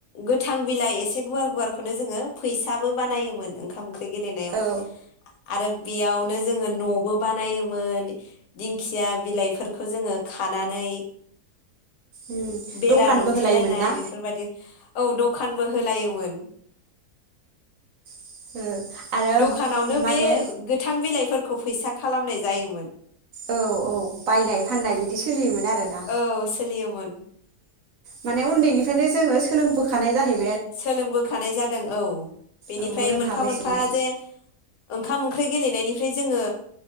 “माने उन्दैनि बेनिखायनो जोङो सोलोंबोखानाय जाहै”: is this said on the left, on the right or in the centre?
Right